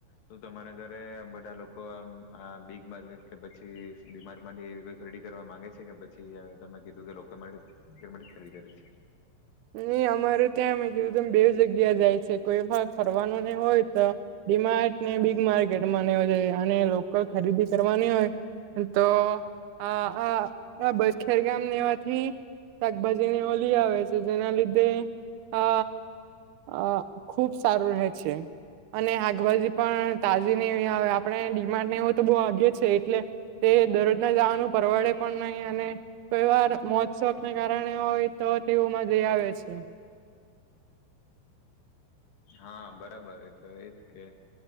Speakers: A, on the left; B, on the right.
A: તો તમારા ઘર ને બધા લોકોમ આ બીગ માર્કેટ કે પછી ડિમાર્ટ એવી કોઈ ખરીદી કરવા માંગે છે કે પછી તમે કીધું કે લોકો માર્કેટ થી ખરીદી કરે છે.
B: નિ અમારે ત્યાં અમે જોયું ત બે જગ્યા જાય છે કોઈ ફરવાનું નહી હોય તો ડીમાર્ટને બિગ માર્કેટમાં ન જાય અને લોકલ ખરીદી કરવાની હોય તો આ આ બસ ખેરગામ નેવાથી શાકભાજીને ઓલી આવે છે. જેના લીધે અ અ ખુબ સારું રહે છે. અને હાકભાજી પણ તાજી ને એવી આવે આપણે ડિમાન્ડને એવુ હોય તો બહ આગે છે એટલે તે દરરોજના જવાનું પરવડે પણ નહીં અને કોઈ વાર મોજ સોકને કારણે હોય તો તેઓમાં જે આવે છે.
A: હા બરાબર એ તો એજ કે